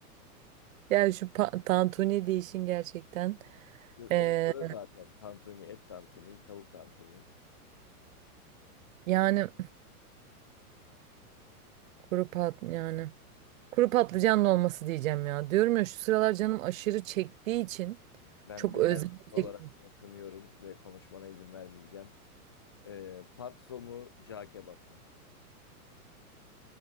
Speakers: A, on the right; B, on the left.
A: Yani şu pa- tantuni deyişin gerçekten. Ee,
B: Onu söyle zaten. Tantuni, et tantuni, tavuk tantuni.
A: yani kuru pat yani. Kuru patlıcanlı olması diyeceğim ya. Diyorum ya şu sıralar canım aşırı çektiği için
B: Ben
A: çok
B: bir
A: özlem
B: Mersin olarak
A: çektim.
B: seni kınıyorum ve konuşmana izin vermeyeceğim. Ee, patso mu, cağ kebap mı?